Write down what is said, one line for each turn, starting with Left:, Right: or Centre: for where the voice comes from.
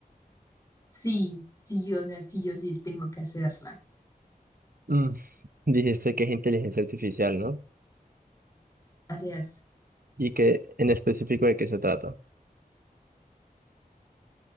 Left: Sí, sí, o sea, sí, yo sí tengo que hacerla.
Right: Mm, Dijiste que es inteligencia artificial, ¿no?
Left: Así es.
Right: Y que en específico de qué se trata.